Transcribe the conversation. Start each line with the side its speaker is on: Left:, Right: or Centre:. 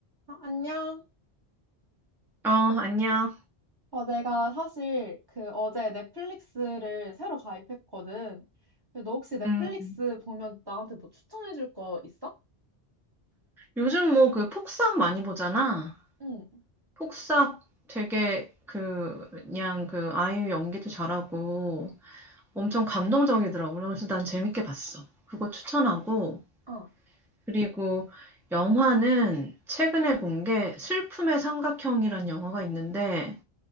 Right: 어, 안녕.
Centre: 어, 안녕.
Right: 어, 내가 사실 그 어제 넷플릭스를 새로 가입했거든. 근데 너 혹시 넷플릭스
Centre: 음,
Right: 보면 나한테 뭐 추천해줄 거 있어?
Centre: 요즘 뭐 그 폭싹 많이 보잖아.
Right: 응.
Centre: 폭싹 되게 그, 그냥 그 아이유 연기도 잘하고 엄청 감동적이더라고. 그래서 난 재밌게 봤어. 그거 추천하고.
Right: 어.
Centre: 그리고 영화는 최근에 본 게 슬픔의 삼각형이란 영화가 있는데